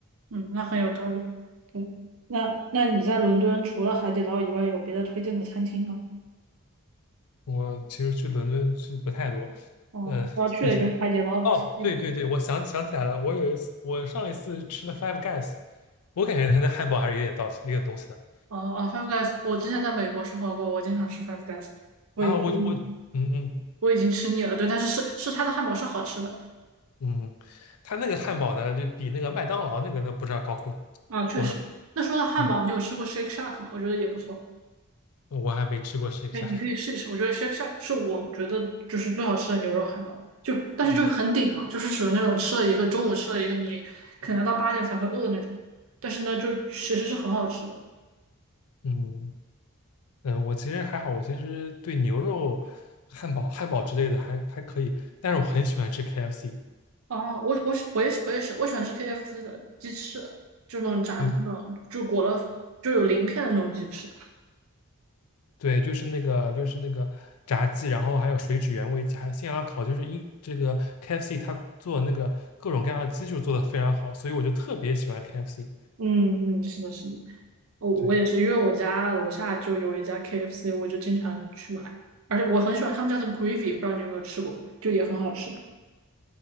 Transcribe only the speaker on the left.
我其实去伦敦去不太多，
嗯、呃
<laughs> 所以。哦，对对对，我想想起来了，我有一次，我上一次吃了 Five Guys，我感觉他那汉堡还是有点道有点东西的。
啊，我我嗯嗯
嗯，他那个汉堡呢，就比那个麦当劳那个呢，不知道高出
多少。
嗯，
我还没吃过这个价格。
嗯
嗯，呃我其实还好，我其实对牛肉、汉堡、汉堡之类的还还可以，但是我很喜欢吃 KFC。
嗯
对，就是那个，就是那个炸鸡，然后还有水煮原味鸡，还有现场烤，就是英这个 KFC 它做那个各种各样的鸡就做的非常好，所以我就特别喜欢 KFC。
对，